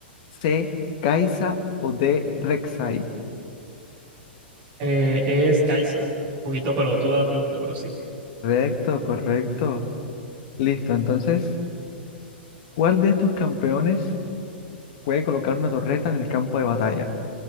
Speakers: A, on the left; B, on the right.
A: C. Kaisa o D. Rek'Sai.
B: Eh, es Kaisa. Un poquito pelotuda la pregunta, pero sí.
A: Correcto, correcto. Listo, entonces, ¿cuál de estos campeones puede colocar una torreta en el campo de batalla?